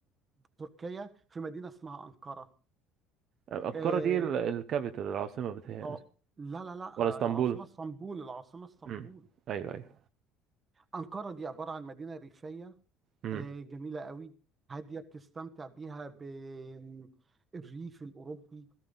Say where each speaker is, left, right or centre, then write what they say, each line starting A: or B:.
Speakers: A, on the right; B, on the right.
A: تركيا في مدينه اسمها انقره
B: انقرة
A: اه
B: دي ال- الكابيتال العاصمة بتاعها
A: آه، لا لا لا آه،
B: ولا اسطنبول
A: العاصمه اسطنبول العاصمه اسطنبول
B: امم ايوه ايوه
A: انقره دي عباره عن مدينه ريفيه
B: امم
A: آه، جميلة قوي هادية بتستمتع بيها بالريف الأوروبي